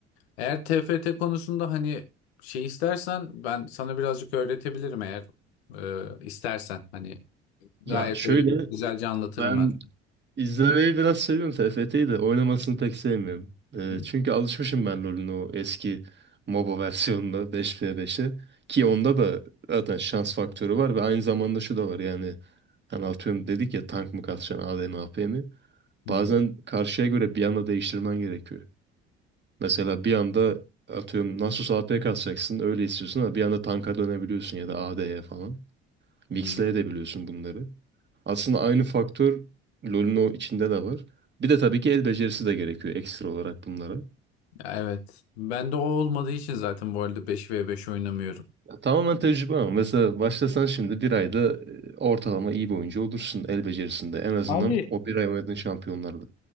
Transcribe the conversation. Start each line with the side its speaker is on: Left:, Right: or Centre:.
Left: Eğer T F T konusunda hani şey istersen ben sana birazcık öğretebilirim eğer e, istersen. Hani gayet
Right: Ya şöyle
Left: böyle bir güzelce anlatırım
Right: ben
Left: ben.
Right: İzlemeyi biraz seviyorum TFT'yi de oynamasını pek sevmiyorum. Ee,
Left: Hı,
Right: çünkü alışmışım ben rolün o eski MOBA <laughs> versiyonunda 5v5'e. Ki onda da zaten şans faktörü var ve aynı zamanda şu da var yani. Hani atıyorum dedik ya tank mı kalkacaksın AD mi AP mi?
Left: hı,
Right: Bazen karşıya göre bir anda değiştirmen gerekiyor. Mesela bir anda atıyorum Nasus AP kalkacaksın öyle istiyorsun ama bir anda tanka dönebiliyorsun ya da AD'ye falan. Mixleyebiliyorsun
Left: hı.
Right: bunları. Aslında aynı faktör LoL'ün o içinde de var. Bir de tabii ki el becerisi de gerekiyor ekstra olarak bunlara.
Left: Evet. Ben de o olmadığı için zaten bu arada beş ve beş oynamıyorum.
Right: Ya tamamen tecrübe ama mesela başlasan şimdi bir ayda e, ortalama iyi bir oyuncu olursun el becerisinde. En azından
Left: Abi
Right: o bir ay oynadığın şampiyonlarla.